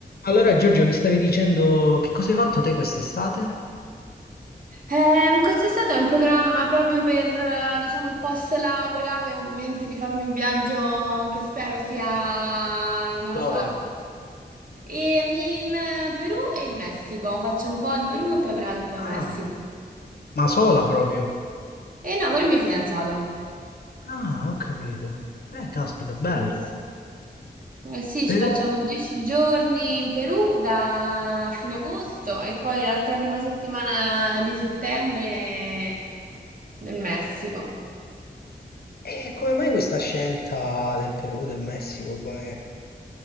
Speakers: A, on the left (about 65°); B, on the right (about 55°).
A: Allora, Giorgio, mi stavi dicendo che cosa hai fatto te quest'estate?
B: Ehm, quest'estate ho in programma proprio per, eh, diciamo, il post laurea, avevo in mente di farmi un viaggio che spero sia, non lo
A: Dove?
B: so, e- in eh, Perù e in Messico. Faccio un po' di Perù e poi me ne vado un po' in Messico.
A: Ah, ma sola proprio.
B: E no, con il mio fidanzato.
A: Ah, ho capito. Eh, caspita, bello.
B: Sì, sì. Eh sì,
A: Perù.
B: ci facciamo 10 giorni in Perù da fine agosto e poi l'altra prima settimana di settembre nel Messico.
A: Eh, come mai questa scelta del Perù, del Messico? Come...